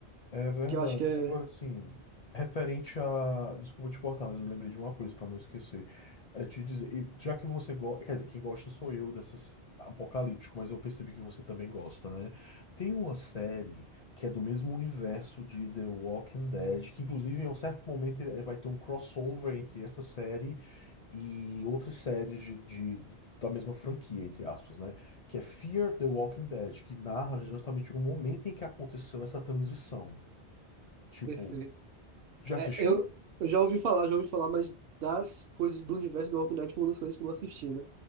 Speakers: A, on the left; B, on the right.
A: É verdade.
B: Que eu acho que é
A: Agora, assim, referente a. Desculpa te cortar, mas eu lembrei de uma coisa para não esquecer. É te dizer, e já que você gosta. Quer dizer, quem gosta sou eu dessas apocalíptico, mas eu percebi que você também gosta, né? Tem uma série que é do mesmo universo de The Walking Dead, que inclusive em um certo momento ele- vai ter um crossover entre essa série e outras séries de, de- da mesma franquia, entre aspas, né? Que é Fear the Walking Dead, que narra justamente o momento em que aconteceu essa transição. Tipo,
B: perfeito.
A: já
B: É,
A: assistiu?
B: eu, eu já ouvi falar, já ouvi falar, mas das coisas do universo do Walking Dead foi uma das coisas que eu não assisti, né?